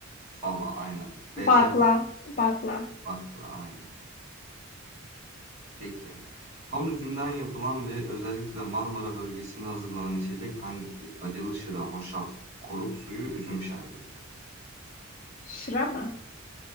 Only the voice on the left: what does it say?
Bagla. Bagla.
Şıra mı?